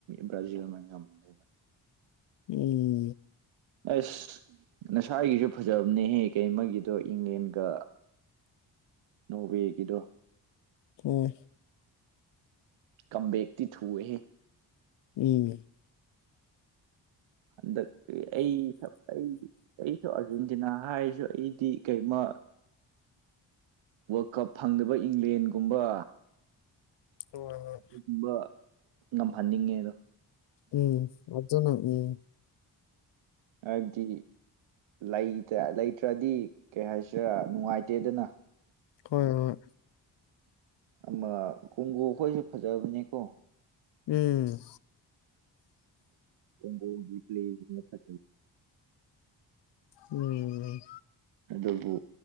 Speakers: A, on the right (about 85°); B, on the left (about 65°).
A: ꯕ꯭ꯔꯥꯖꯤꯜ ꯑꯃ ꯉꯅꯦꯕ
B: ꯎꯝ
A: ꯑꯁ ꯉꯁꯥꯏꯒꯤꯁꯨ ꯐꯖꯕꯅꯦꯍꯦ ꯀꯩ ꯃꯣꯏꯒꯤꯗꯣ ꯏꯪꯂꯦꯟꯒ꯫ ꯅꯣꯔꯋꯦꯒꯤꯗꯣ
B: ꯎꯝ
A: ꯀꯝꯕꯦꯛꯇꯤ ꯊꯨꯋꯦꯍꯦ
B: ꯎꯝ
A: ꯍꯟꯗꯛ ꯑꯩ ꯑꯩ ꯑꯩꯁꯨ ꯑꯥꯔꯖꯦꯟꯇꯤꯅꯥ ꯍꯥꯏꯔꯁꯨ ꯑꯩꯗꯤ ꯀꯩꯃ ꯋꯥꯔꯜ ꯀꯞ ꯐꯪꯗꯕ ꯏꯪꯂꯦꯟꯒꯨꯝꯕ
B: ꯍꯣꯏ ꯍꯣꯏ
A: ꯑꯗꯨꯒꯨꯝꯕ ꯉꯝꯍꯟꯅꯤꯡꯉꯦ ꯑꯗꯣ
B: ꯎꯝ ꯑꯗꯨꯖꯅ ꯎꯝ
A: ꯍꯥꯏꯕꯗꯤꯇ ꯂꯩꯇ꯭ꯔꯗꯤ ꯀꯩ ꯍꯥꯏꯁꯤꯔꯥ ꯅꯨꯡꯉꯥꯏꯇꯦꯗꯅ
B: ꯍꯣꯏ ꯍꯣꯏ
A: ꯑꯃ ꯀꯣꯡꯒꯨ ꯑꯩꯈꯣꯏꯁꯨ ꯐꯖꯕꯅꯤꯀꯣ
B: ꯎꯝ
A: ꯀꯣꯒꯤ ꯄ꯭ꯂꯦ ꯐ
B: ꯎꯝ
A: ꯑꯗꯨꯕꯨ